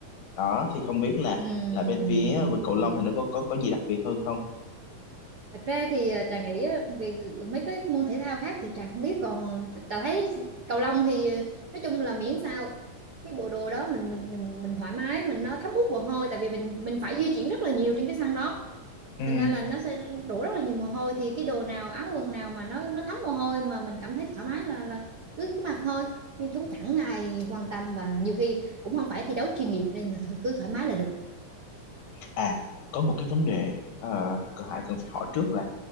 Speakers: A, on the left (about 85°); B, on the right (about 75°).
A: đó thì không biết là
B: Ừm.
A: là bên phía vực cầu lông thì nó có có có gì đặc biệt hơn không?
B: Thật ra thì à, Trà nghĩ á, về mấy cái môn thể thao khác thì Trà không biết còn Trà thấy cầu lông thì à, nói chung là miễn sao cái bộ đồ đó mình mình mình mình thoải mái mình nó thấm hút mồ hôi tại vì mình mình phải di chuyển rất là nhiều trên cái sân đó
A: Ừ,
B: thành ra là nó sẽ đổ rất là nhiều mồ hôi thì cái đồ nào áo quần nào mà nó nó thấm mồ hôi mà mình cảm thấy thoải mái là là cứ cứ mặc thôi nhưng chúng chẳng ai quan tâm và nhiều khi cũng không phải thi đấu chuyên nghiệp nên là thôi cứ thoải mái là được
A: à có một cái vấn đề uh, Hải cần phải hỏi trước là